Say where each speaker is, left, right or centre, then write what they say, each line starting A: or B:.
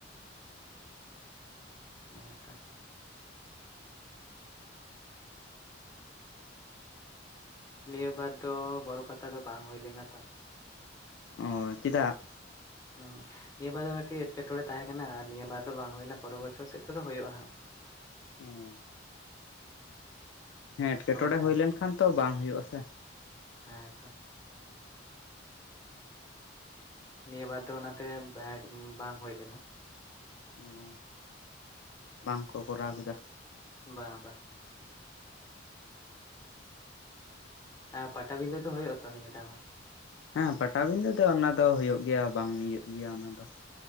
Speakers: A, on the left (about 15°); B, on the left (about 75°).
A: ᱦᱮᱸ ᱛᱚ᱾ ᱱᱤᱭᱟᱹ ᱵᱟᱨ ᱫᱚ ᱵᱚᱨᱚ ᱯᱟᱛᱟ ᱫᱚ ᱵᱟᱝ ᱦᱩᱭ ᱞᱮᱱᱟ ᱛᱚ᱾
B: ᱚᱸ ᱪᱮᱫᱟᱜ?
A: ᱦᱚᱸ ᱱᱤᱭᱟᱹ ᱵᱟᱨ ᱫᱚ ᱢᱤᱜᱴᱤᱡ ᱮᱸᱴᱠᱮᱴᱚᱬᱮ ᱛᱟᱦᱮᱸ ᱠᱟᱱᱟ᱾ ᱟᱨ ᱱᱤᱭᱟᱹ ᱵᱟᱨ ᱫᱚ ᱵᱟᱝ ᱦᱩᱭ ᱞᱮᱱᱟ, ᱯᱚᱨᱮ ᱵᱚᱪᱷᱚᱨ ᱥᱮᱜ ᱛᱮᱫᱚ ᱦᱩᱭᱩᱜ-ᱟ ᱦᱟᱸᱜ᱾
B: ᱦᱮᱸ᱾ ᱦᱮᱸ ᱮᱴᱠᱮᱴᱚᱬᱮ
A: ᱚᱱᱠᱟ
B: ᱦᱩᱭ ᱞᱮᱱ ᱠᱷᱟᱱ ᱛᱚ ᱵᱟᱝ ᱦᱩᱭᱩᱜ-ᱟ ᱥᱮ᱾
A: ᱦᱮᱸ ᱛᱚ᱾ ᱱᱤᱭᱟᱹ ᱵᱟᱨ ᱫᱚ ᱚᱱᱟᱛᱮ ᱵᱮᱜᱽ ᱵᱟᱝ ᱦᱚᱭ ᱞᱮᱱᱟ᱾
B: ᱮᱵᱚᱝ ᱵᱟᱝ ᱠᱚ ᱠᱚᱨᱟᱣ ᱞᱮᱫᱟ᱾
A: ᱵᱟ ᱵᱟ᱾ ᱟᱸ ᱯᱟᱴᱟ ᱵᱤᱱᱫᱟᱹ ᱫᱚ ᱦᱚᱭᱚᱜ-ᱟ ᱛᱚ ᱱᱤᱭᱟᱹ ᱫᱷᱟᱣ ᱦᱚᱸ᱾
B: ᱦᱮᱸ ᱯᱟᱴᱟ ᱵᱤᱸᱫᱟᱹ ᱫᱚ ᱚᱱᱟ ᱫᱚ ᱦᱳᱭᱳᱜ ᱜᱮᱭᱟ ᱵᱟᱝ ᱤᱭᱟᱹᱜ ᱜᱮᱭᱟ ᱚᱱᱟ ᱫᱚ᱾